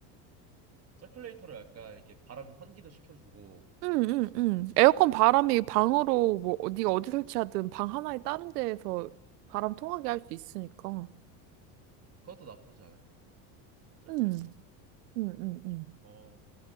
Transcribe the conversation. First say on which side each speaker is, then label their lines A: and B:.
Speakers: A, on the right (about 30°); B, on the right (about 90°).
A: 서큘레이터로 약간 이렇게 바람 환기도 시켜주고
B: 응, 응, 응. 에어컨 바람이 방으로 뭐 어- 네가 어디 설치하든 방 하나에 다른 데에서 바람 통하게 할 수 있으니까.
A: 그것도 나쁘지 않을 것 같아 서큘레이터
B: 응, 응, 응, 응.
A: 어